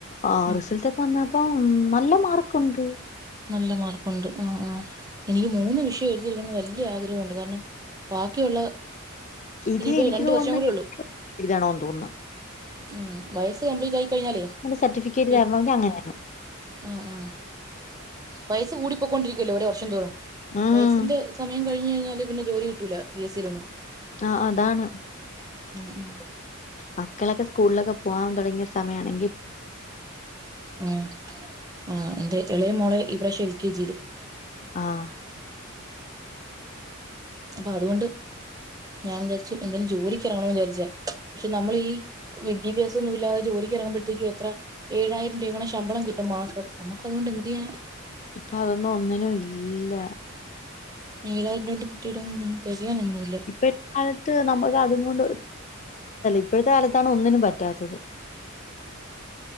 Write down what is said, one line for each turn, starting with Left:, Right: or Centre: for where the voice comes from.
Left: ആ
Right: ഉം
Left: റിസൾട്ടൊക്കെ വന്നപ്പോ ഉം. നല്ല മാർക്കുണ്ട്
Right: നല്ല മാർക്കുണ്ട് ആ ആ എനിക്ക് മൂന്ന് വിഷയം എഴുതിഎടുക്കാണെന്ന് വല്യ ആഗ്രഹമുണ്ട് കാരണം ബാക്കിയുള്ള
Left: ഇത്
Right: ഇനിയിപ്പോ
Left: എനിക്ക്
Right: രണ്ട്
Left: തോന്നുന്ന...
Right: വർഷം കൂടെ ഉള്ളൂ
Left: എഴുതണോന്ന് തോന്നുന്നു
Right: ഉം വയസ്സ് കംപ്ലീറ്റ് ആയിക്കഴിഞ്ഞാലേ
Left: സർട്ടിഫിക്കറ്റ്
Right: പി
Left: തരണമെങ്കിൽ അങ്ങനെയാണ്
Right: ആ ആ വയസ് കൂടി പോക്കൊണ്ടിരിക്കല്ലോ ഒരോ വർഷം തോറും
Left: ഉം
Right: വയസ്സിന്റെ സമയം കഴി കഴിഞ്ഞാല് പിന്നെ ജോലി കിട്ടൂല പിഎസ്സിയിൽ ഒന്നും
Left: ആഹ് അതാണ്
Right: <inaudible>
Left: മക്കളൊക്കെ സ്കൂളിലൊക്കെ പോവാൻ തുടങ്ങിയ സമയാണ്
Right: ഉം അ തേ ഇളയ മോളെ ഇപ്രാവശ്യം എൽ. കെ. ജി ഇൽ
Left: ആഹ്
Right: അപ്പൊ അതുകൊണ്ട് ഞാൻ വിചാരിച്ചു എന്തെങ്കിലും ജോലിക്ക് ഇറങ്ങണമെന്ന് വിചാരിച്ചയാ നമ്മള് ഈ വിദ്യാഭ്യാസഒന്നുമില്ലാതെ ജോലിക്ക്റങ്ങുമ്പോഴത്തേക്കും എത്ര ഏഴായിരംരൂപയങ്ങാണം ശമ്പളം കിട്ടും മാസം നമുക്ക് അതുകൊണ്ട് എന്ത്ചെയ്യാനാ
Left: ഇപ്പൊ അതൊന്നും ഒന്നിനും ഇല്ല
Right: <unintelligible> ഏഴാംയിരം രൂപ കൊണ്ട് തികയാനൊന്നുമില്ല
Left: ഇപ്പഴത്തെ കാലത്ത് നമ്മുക്ക് അതുകൊണ്ട് ഇപ്പോഴത്തെ കാലത്താണ് ഒന്നിനും പറ്റാത്തത്